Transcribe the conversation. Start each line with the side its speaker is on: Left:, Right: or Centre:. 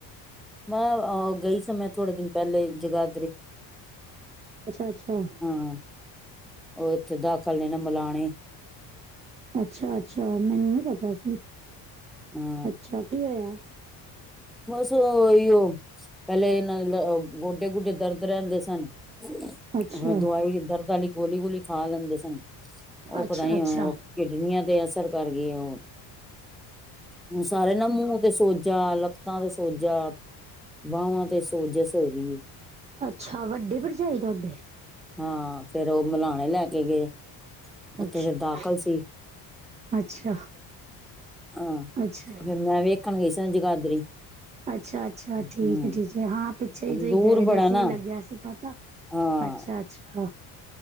Centre: ਮੈਂ ਗਈ ਸੀ ਮੈਂ ਥੋੜੇ ਦਿਨ ਪਹਿਲੇ ਜਗਰਾ
Right: ਅੱਛਾ-ਅੱਛਾ।
Centre: ਹਾਂ, ਉਹ ਇੱਥੇ ਦਾਖਲ ਨੇ ਨਾ ਮਲਾਣੇ।
Right: ਅੱਛਾ-ਅੱਛਾ, ਮੈਨੂੰ ਨੀ ਪਤਾ ਸੀ।
Centre: ਹਾਂ
Right: ਅੱਛਾ, ਕੀ ਹੋਇਆ?
Centre: ਬਸ ਓਹੀਓ ਪਹਿਲੇ ਇਹਨਾਂ ਦੇ ਗੋਡੇ ਗੋਡੇ ਦਰਦ ਰਹਿੰਦੇ ਸਨ।
Right: ਅੱਛਾ
Centre: ਉਹ ਦਵਾਈ ਦਰਦ ਵਾਲੀ ਗੋਲੀ ਗੋਲੀ ਖਾ ਲੈਂਦੇ ਸਨ। ਉਹ
Right: ਅੱਛਾ
Centre: ਪਤਾ ਨੀ
Right: ਅੱਛਾ
Centre: ਉਹ ਕਿਡਨੀਆਂ ਤੇ ਅਸਰ ਕਰ ਗੲੀ ਆ ਉਹ। ਹੁਣ ਸਾਰੇ ਨਾ ਮੂੰਹ ਤੇ ਸੋਜਾ ਲੱਤਾਂ ਤੇ ਸੋਜਾ, ਵਾਹਵਾਂ ਤੇ ਸੋਜਸ ਹੈਗੀ ਆ।
Right: ਅੱਛਾ, ਵੱਡੀ ਭਰਜਾਈ ਤੁਹਾਡੇ।
Centre: ਹਾਂ, ਫੇਰ ਉਹ ਮਲਾਣੇ ਲੈ ਕੇ ਗਏ, ਉੱਥੇ
Right: ਅੱਛਾ
Centre: ਫਿਰ ਦਾਖ਼ਲ ਸੀ।
Right: ਅੱਛਾ।
Centre: ਹਾਂ,
Right: ਅੱਛਾ
Centre: ਫੇਰ ਮੈਂ ਵੇਖਣ ਗਈ ਸੀ ਜਗਾਦਰੀ।
Right: ਅੱਛਾ-ਅੱਛਾ,
Centre: ਹੂੰ
Right: ਠੀਕ ਹੈ ਠੀਕ ਹੈ ਹਾਂ ਪਿੱਛੇ ਹੀ ਤੁਸੀਂ
Centre: ਦੂਰ
Right: ਗਏ ਤੇ
Centre: ਬੜਾ
Right: ਸੀ
Centre: ਨਾ
Right: ਲੱਗਿਆ ਸੀ ਪਤਾ।
Centre: ਹਾਂ।
Right: ਅੱਛਾ-ਅੱਛਾ।